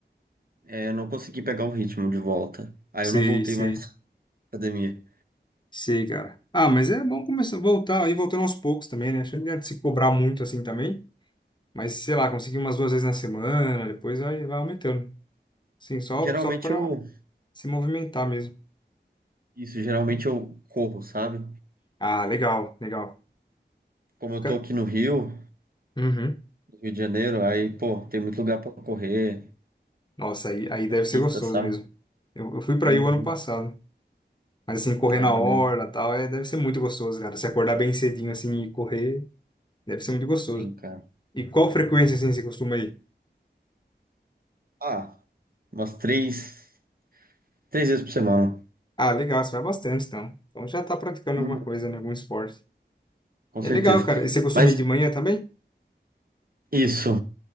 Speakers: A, on the right; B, on the left.
A: é, eu não consegui pegar o ritmo de volta. Aí
B: Sei,
A: eu não voltei
B: sei.
A: mais à academia.
B: Sei, cara. Ah, mas é bom começar a voltar e voltando aos poucos também, né? Acho que não adianta se cobrar muito assim também. Mas, sei lá, consegui umas duas vezes na semana, depois vai, vai aumentando. Sim, só,
A: Geralmente
B: só pra
A: eu,
B: se movimentar mesmo.
A: isso, geralmente eu corro, sabe?
B: Ah, legal, legal.
A: Como eu
B: Ca-
A: tô aqui no Rio.
B: Uhum.
A: Rio de Janeiro, aí, pô, tem muito lugar pra correr,
B: Nossa, aí, aí
A: muita
B: deve
A: pista,
B: ser gostoso
A: sabe?
B: mesmo. Eu, eu fui pra
A: Uhum.
B: aí o ano passado. Mas, assim, correr
A: Ah,
B: na
A: maneiro.
B: orla e tal, é, deve ser muito gostoso, cara. Se acordar bem cedinho, assim, e correr, deve ser muito gostoso.
A: Sim, cara.
B: E qual frequência, assim, você costuma ir?
A: Ah, umas três, três vezes por semana.
B: Ah, legal, você vai bastante, então. Então já tá praticando
A: Uhum.
B: alguma coisa, né, algum esporte.
A: Com
B: E
A: certeza.
B: é legal, cara. E você costuma
A: Mas
B: ir de manhã também?
A: isso,